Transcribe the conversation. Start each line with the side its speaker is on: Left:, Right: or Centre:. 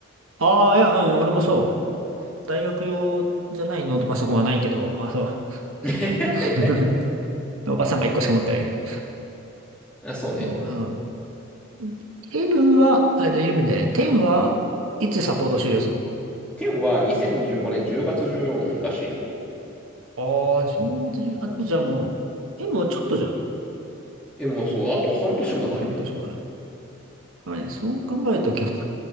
Right: ああー、いや、うん、俺もそう。大学用じゃないノートパソコンはないけど、まあそう。
Centre: <laughs>
Right: <laughs> ノーパソコンが1個しか持ってないけど。
Centre: あ、そうね。
Right: そう、うん。11は、あ、じゃあ11じゃない。10はいつサポート終了するの
Centre: 10は2015年10月14らしいよ。
Right: ああー、10月中、あとじゃあもう、え、もうちょっとじゃん。あ
Centre: え、もうそう、あと半年もない。
Right: と半年前。はい、そう考えると結構、